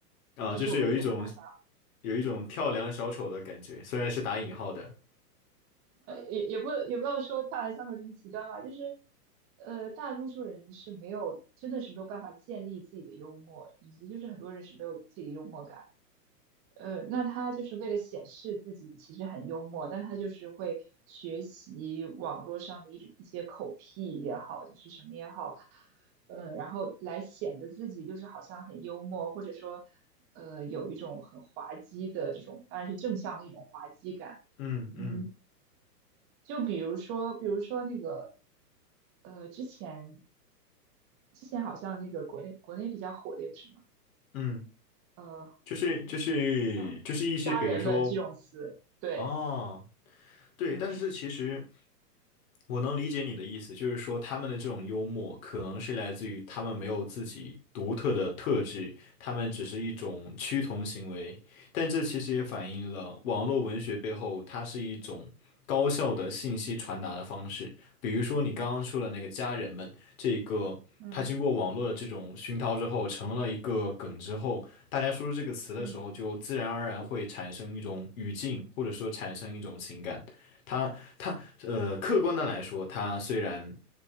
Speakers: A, on the left; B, on the right.
A: 啊，
B: 这是我的一种看法。
A: 就是有一种有一种跳梁小丑的感觉，虽然是打引号的。
B: 也也不也不要说大的相处这么极端吧，就是呃，大多数人是没有，真的是没有办法建立自己的幽默，以及就是很多人是没有自己的幽默感。呃，那他就是为了显示自己其实很幽默，但他就是会学习网络上的一种一些口癖也好，就是什么也好。呃，然后来显得自己就是好像很幽默，或者说，呃，有一种很滑稽的这种，当然是正向的一种滑稽感。
A: 嗯嗯
B: 嗯，就比如说，比如说那个，呃，之前之前好像那个国内国内比较火的有什么，
A: 嗯，
B: 呃，
A: 就是就是就是一些，
B: 呃，家人们这种词，
A: 比如说
B: 对，
A: 哦，对，
B: 嗯
A: 但是这其实，我能理解你的意思，就是说他们的这种幽默可能是来自于他们没有自己独特的特质，他们只是一种趋同行为。但这其实也反映了网络文学背后它是一种高效的信息传达的方式。比如说你刚刚说的那个家人们，这个他经过网络的这种熏陶之后，
B: 嗯
A: 成了一个梗之后，大家说出这个词的时候，
B: 嗯
A: 就自然而然会产生一种语境，或者说产生一种情感。它它呃，客观的来说，它虽然